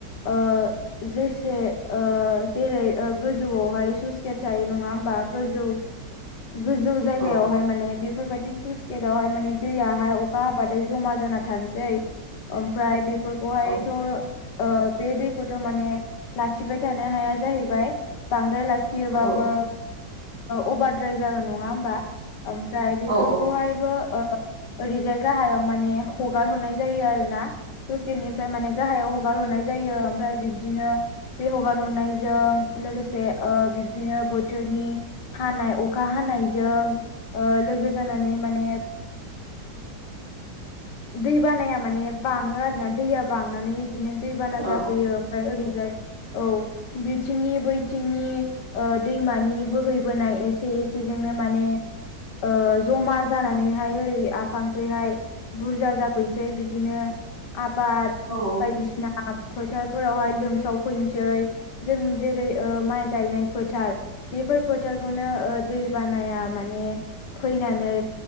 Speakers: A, on the left; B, on the right.
A: ओ जेसे ओ जेरै गोजौआवहाय सुइस गेट थायो नङा होमबा गोजौ गोजौ जायगायावहाय
B: औ
A: माने बेफोरबायदि सु- जेरावहाय माने दैयाहाय अखा हाबाथाय जमा जाना थानोसै ओमफ्राय बे- बेखौहायथ'
B: औ
A: ओ बे दैखौथ' माने लाखिबाय थानो हाया जाहैबाय बांद्राय ला- लाखियोबाबो
B: औ औ
A: अभारद्राय जागोन नङा होमबा ओमफ्राय बेफोरखौहायबो
B: औ
A: ओरैजाय गाहायाव माने हगार हरनाय जायो आरो ना सुइस गेटनिफ्राय माने गाहायाव हगार हरनाय जायो ओमफ्राय बिब्दिनो बे हगार हरनायजों लोगोसे बिब्दिनो बोथोरनि हानाय अखा हानायजों लोगो जानानै माने दै बानाया माने बाङो आरोना दैया बांनानै बिदिनो दैबाना
B: औ
A: जाफैयो ओमफ्राय ओरैजाय औ बिथिंनि बैथिंनि दैमानि बोहैबोनाय एसे एसेजोंनो माने ओ जमा जानानैहाय ओरै आफांखैहाय बुरजा जाफैनोसै बिदिनो आबाद
B: औ
A: बायदिसिना फोथारफोरावहाय लोमसाव फैनोसै जों जेरै माइ गायनाय फोथार बेफोर फोथारखौनो दै बानाया माने फैनानै